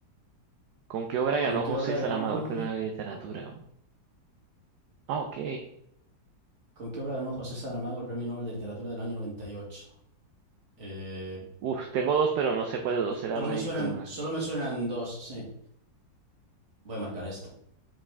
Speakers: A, on the right; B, on the right.
A: ¿Con qué obra ganó
B: ¿Con qué
A: José
B: obra
A: Saramago
B: ganó?
A: el premio de literatura?
B: Ujú.
A: Ah, ok.
B: ¿Con qué obra ganó José Saramago el Premio Nobel de Literatura del año 98? Eh,
A: Uf, tengo dos, pero no sé cuál de los dos era,
B: Solo
A: voy
B: me
A: a
B: suenan,
A: ir con una.
B: solo me suenan dos, sí. Voy a marcar esta.